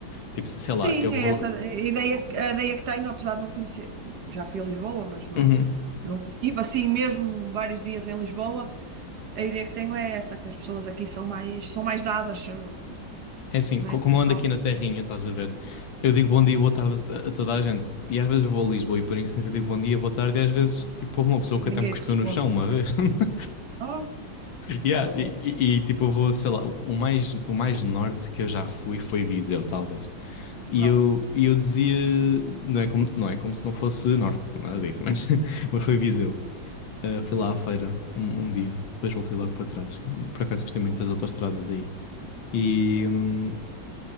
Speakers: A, on the left; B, on the right.
A: Tipo, sei
B: Sim,
A: lá, eu
B: é
A: vou.
B: essa a ideia, a ideia que tenho, apesar de não conhecer. Já fui a Lisboa, mas não,
A: Uhum.
B: nunca estive assim mesmo vários dias em Lisboa. A ideia que tenho é essa, que as pessoas aqui são mais, são mais dadas. eh,
A: É assim,
B: Mete,
A: co- como eu
B: fala,
A: ando aqui na terrinha, estás a ver? Eu digo bom dia, boa tarde a a toda a gente. E às vezes vou a Lisboa e por instinto eu digo bom dia, boa tarde. E às vezes, tipo, houve uma pessoa que
B: ninguém
A: até me cuspiu
B: te responde.
A: no chão uma vez. <laughs>
B: Oh,
A: Yeah,
B: que horror.
A: e, e- e, tipo, eu vou, sei lá, o mais, o mais norte que eu já fui foi Viseu, talvez. E
B: Ok.
A: eu, e eu dizia, não é como, não é como se não fosse norte, nada disso, mas, <laughs> mas foi Viseu. Ah, fui lá à feira um, um dia, depois voltei logo para trás. Por acaso gostei muito das autoestradas daí. E, hum,